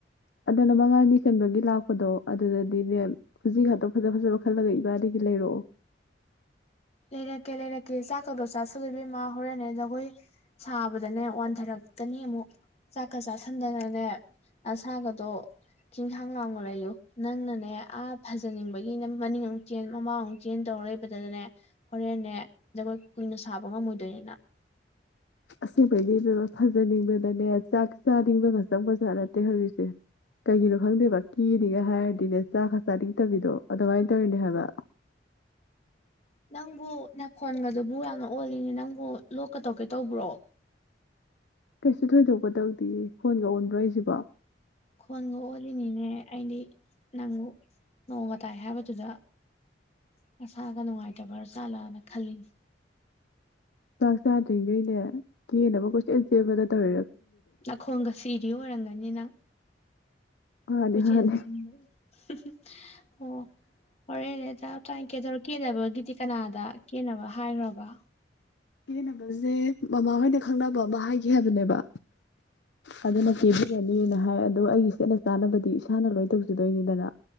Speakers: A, on the left; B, on the left.
A: ꯑꯗꯨꯗꯅ ꯃꯉꯥꯅꯤ ꯆꯟꯕꯒꯤ ꯂꯥꯛꯄꯗꯣ ꯑꯗꯨꯗꯗꯤꯅꯦ ꯈꯨꯖꯤ ꯉꯥꯛꯇ ꯐꯖ ꯐꯖꯕ ꯈꯜꯂꯒ ꯏꯕꯥꯟꯅꯤꯒꯤ ꯂꯩꯔꯛꯑꯣ
B: ꯂꯩꯔꯛꯀꯦ ꯂꯩꯔꯛꯀꯦ ꯆꯥꯛ ꯆꯥꯛꯀꯗꯣ ꯆꯥꯁꯟꯂꯦ ꯏꯕꯦꯝꯃ ꯍꯣꯔꯦꯟꯅꯦ ꯖꯒꯣꯏ ꯁꯥꯕꯗꯅꯦ ꯋꯥꯟꯊꯔꯀꯅꯤ ꯑꯃꯨꯛ ꯆꯥꯛꯀ ꯆꯥꯥꯁꯟꯗꯅꯅꯦ ꯅꯁꯥꯒꯗꯣ ꯆꯤꯡꯁꯥꯡ ꯂꯥꯡꯅ ꯂꯩꯌꯨ ꯅꯪꯅꯅꯦ ꯑꯥ ꯐꯖꯅꯤꯡꯕꯒꯤꯅꯦ ꯃꯅꯤꯡ ꯑꯃꯨꯛ ꯆꯦꯟ ꯃꯃꯥꯡꯃꯨꯛ ꯆꯦꯟ ꯇꯧꯔ ꯂꯩꯕꯗꯗꯅꯦ ꯍꯣꯔꯦꯟꯅꯦ ꯖꯒꯣꯏ ꯀꯨꯏꯅ ꯁꯥꯕ ꯉꯝꯃꯣꯏꯗꯣꯏꯅꯤ ꯅꯪ
A: ꯑꯁꯦꯡꯕꯩꯅꯦ ꯏꯕꯦꯝꯃ ꯐꯖꯅꯤꯡꯕꯗꯅꯦ ꯆꯥꯛ ꯆꯥꯅꯤꯡꯕ ꯖꯥꯠ ꯅꯠꯇꯦ ꯍꯧꯖꯤꯛꯁꯦ ꯀꯩꯒꯤꯅꯣ ꯈꯪꯗꯦꯕ ꯀꯦꯅꯤꯒ ꯍꯥꯏꯔꯗꯤꯅꯦ ꯆꯥꯛ ꯀ ꯆꯥꯅꯤꯡꯗꯕꯤꯗꯣ ꯑꯗꯨꯃꯥꯏꯅ ꯇꯧꯔꯤꯅꯦ ꯍꯥꯏꯕ
B: ꯅꯪꯕꯨ ꯅꯥꯈꯣꯟꯒꯗꯨꯕꯨ ꯌꯥꯝꯅ ꯑꯣꯜꯂꯤꯅꯦ ꯅꯪꯕꯨ ꯂꯣꯛꯀ ꯇꯧꯒꯦ ꯇꯧꯕ꯭ꯔꯣ
A: ꯀꯩꯁꯨ ꯊꯣꯏꯗꯣꯛꯄꯇꯧꯗꯤꯌꯦ ꯈꯣꯟꯒ ꯑꯣꯟꯕ꯭ꯔꯣ ꯑꯩꯁꯤꯕꯣ
B: ꯈꯣꯟꯒ ꯑꯣꯜꯂꯤꯅꯤꯅꯦ ꯑꯩꯗꯤ ꯅꯪ ꯅꯣꯡꯒ ꯇꯥꯏ ꯍꯥꯏꯕꯗꯨꯗ ꯃꯁꯥꯒ ꯅꯨꯡꯉꯥꯏꯇꯕ ꯖꯥꯠꯂꯥꯅ ꯈꯜꯂꯤꯅꯦ
A: ꯆꯥꯛ ꯆꯥ ꯗꯔꯤꯒꯩꯅꯦ ꯀꯦꯅꯥꯕ ꯀꯣꯏꯆꯦꯟ ꯆꯦꯟꯕꯗ ꯇꯧ
B: ꯅꯥꯈꯣꯟꯒ ꯁꯤꯔꯤ ꯑꯣꯏꯔꯝꯒꯅꯤ ꯅꯪ
A: ꯃꯥꯅꯤ
B: ꯀꯣꯏꯆꯦꯟ
A: ꯃꯥꯅꯤ
B: ꯆꯦꯟꯕꯗ ꯍꯨꯝ ꯍꯨꯝ ꯑꯣ ꯍꯣꯔꯦꯟꯅꯦ ꯇꯞ ꯇꯥꯏꯟ ꯀꯦꯊꯣꯔꯣꯛ ꯀꯦꯅꯕꯒꯤꯗꯤ ꯀꯅꯥꯗ ꯀꯦꯅꯕ ꯍꯥꯏꯒ꯭ꯔꯕ
A: ꯀꯦꯅꯕꯖꯦ ꯃꯃꯥꯍꯣꯏꯅ ꯈꯪꯅꯕ ꯑꯃ ꯍꯥꯏꯒꯤ ꯍꯥꯏꯕꯅꯦꯕ ꯑꯗꯨꯅ ꯀꯦꯕꯤꯔꯅꯤꯅ ꯍꯥꯏ ꯑꯗꯣ ꯑꯩꯒꯤ ꯁꯦꯠꯅ ꯆꯥꯅꯕꯗꯤ ꯏꯁꯥꯅ ꯂꯣꯏꯅ ꯇꯧꯖꯗꯣꯏꯅꯤꯗꯅ